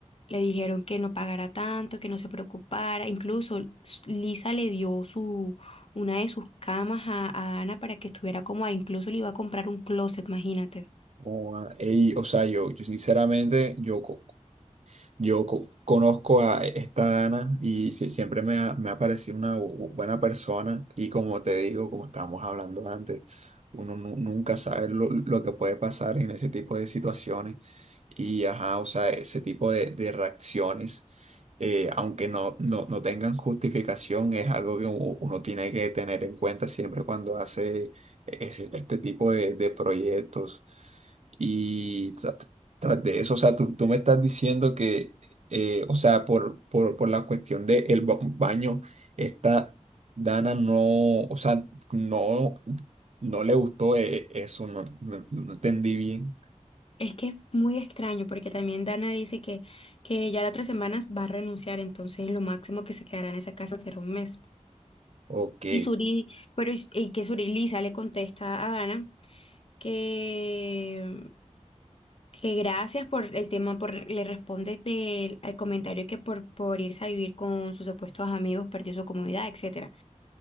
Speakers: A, on the left; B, on the right.
A: le dijeron que no pagara tanto, que no se preocupara, incluso s- Lisa le dio su, una de sus camas a, a Dana para que estuviera cómoda, incluso le iba a comprar un closet, imagínate.
B: Oh, ah, ey, o sea, yo, yo sinceramente, yo co- Yo co- conozco a esta Dana y si- siempre me ha, me ha parecido una bu- buena persona y como te digo, como estábamos hablando antes, uno nu- nunca sabe lo, lo que puede pasar en ese tipo de situaciones y ajá, o sea, ese tipo de, de reacciones, eh, aunque no, no, no tengan justificación, es algo que u- uno tiene que tener en cuenta siempre cuando hace e, ese- este tipo de, de proyectos. Y tras de eso, o sea, tú, tú me estás diciendo que, eh, o sea, por, por, por la cuestión de del baño, esta Dana no, o sea, no, no le gustó eh, eso, no, no, no entendí bien.
A: Es que es muy extraño porque también Dana dice que, que ya las otras semanas va a renunciar, entonces lo máximo que se quedará en esa casa será un mes.
B: Ok,
A: Y Suri, pero es- eh, que Suri Lisa le contesta a Dana que, que gracias por el tema, por, le responde del, al comentario que por, por irse a vivir con sus supuestos amigos perdió su comodidad, etcétera